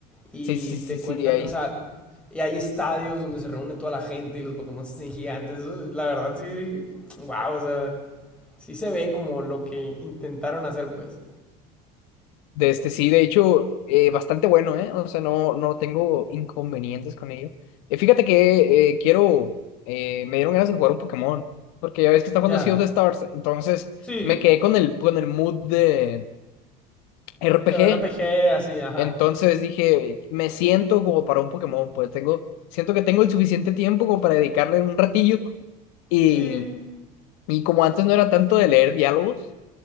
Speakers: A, in the centre; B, on the left.
A: y
B: Sí, sí,
A: te
B: sí,
A: cuentan,
B: sí. Ahí
A: o sea y hay estadios donde se reúne toda la gente y los Pokémon se hacen gigantes. Eso, la verdad, sí. Wow, o sea, sí se ve como lo que intentaron hacer, pues.
B: De este, sí, de hecho, eh, bastante bueno, ¿eh? O sea, no, no tengo inconvenientes con ello. Eh, fíjate que eh, quiero, eh, me dieron ganas de jugar un Pokémon, porque ya ves que está jugando
A: Ya.
B: Sea of the Stars, entonces
A: Sí.
B: me quedé con el, con el mood de RPG,
A: De RPG, así, ajá.
B: entonces dije, me siento como para un Pokémon, pues tengo, siento que tengo el suficiente tiempo como para dedicarle un ratillo, y,
A: Sí.
B: y como antes no era tanto de leer diálogos,